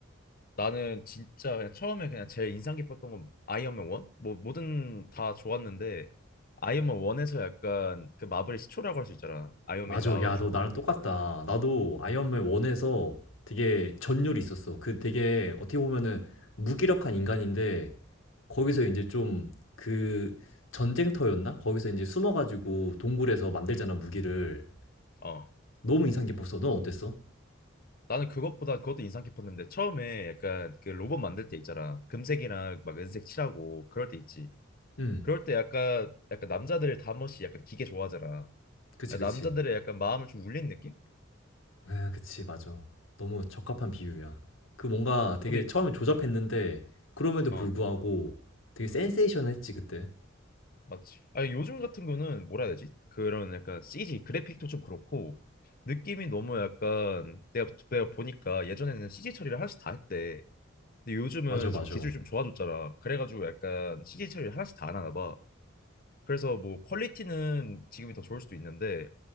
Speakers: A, on the left; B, on the left.
A: 나는 진짜 그냥 처음에 그냥 제일 인상 깊었던 건 아이언맨 1? 뭐 뭐든 다 좋았는데 아이언맨 1에서 약간 그 마블의 시초라고 할 수 있잖아. 아이언맨이
B: 맞아.
A: 나와가지고.
B: 야, 너 나랑 똑같다. 나도 아이언맨
A: 응.
B: 1에서 되게 전율이 있었어. 그 되게 어떻게 보면은 무기력한 인간인데 거기서 이제 좀 그 전쟁터였나? 거기서 이제 숨어가지고 동굴에서 만들잖아,
A: 응.
B: 무기를.
A: 어.
B: 너무 인상 깊었어. 넌 어땠어?
A: 나는 그것보다 그것도 인상 깊었는데 처음에 약간 그 로봇 만들 때 있잖아. 금색이랑 막 은색 칠하고 그럴 때 있지.
B: 응.
A: 그럴 때 약간 약간 남자들을 다 한번씩 약간 기계 좋아하잖아.
B: 그치,
A: 남자들의
B: 그치.
A: 약간 마음을 좀 울린 느낌?
B: 아, 그치, 맞아. 너무 적합한 비유야. 그 뭔가 되게
A: 근데 이-
B: 처음에 조잡했는데
A: 음.
B: 그럼에도
A: 어.
B: 불구하고 되게 센세이션했지, 그때.
A: 맞지. 아니 요즘 같은 거는 뭐라 해야 되지? 그런 약간 CG 그래픽도 좀 그렇고 느낌이 너무 약간 내가 내가 보니까 예전에는 CG 처리를 하나씩 다 했대. 근데 요즘은
B: 맞아, 맞아.
A: 지금 기술이 좀 좋아졌잖아. 그래가지고 약간 CG 처리를 하나씩 다 안 하나 봐. 그래서 뭐 퀄리티는 지금이 더 좋을 수도 있는데